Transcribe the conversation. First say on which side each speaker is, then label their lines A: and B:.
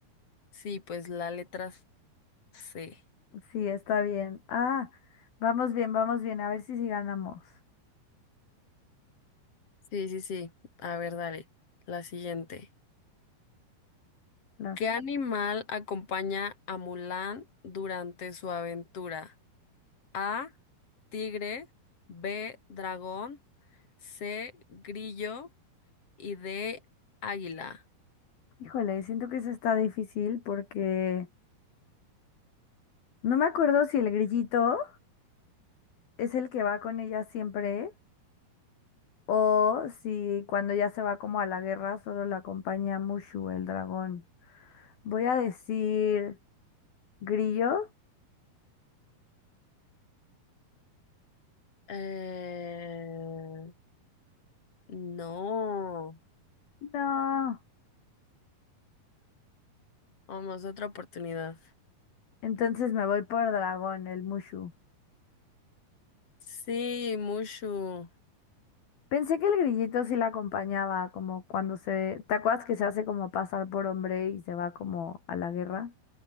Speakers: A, on the left; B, on the left.
A: Sí, pues la letra C.
B: sí, está bien. Ah, vamos bien, vamos bien. A ver si sí ganamos.
A: Sí, sí, sí. A ver, dale. La siguiente.
B: Las...
A: ¿Qué animal acompaña a Mulan durante su aventura? A, tigre, B, dragón, C, grillo y D, águila.
B: Híjole, siento que eso está difícil porque no me acuerdo si el grillito es el que va con ella siempre. O si cuando ya se va como a la guerra solo la acompaña Mushu, el dragón. Voy a decir grillo.
A: Eh, no,
B: No.
A: vamos, otra oportunidad.
B: Entonces me voy por dragón, el Mushu.
A: Sí, Mushu.
B: Pensé que el grillito sí la acompañaba, como cuando se... ¿Te acuerdas que se hace como pasar por hombre y se va como a la guerra?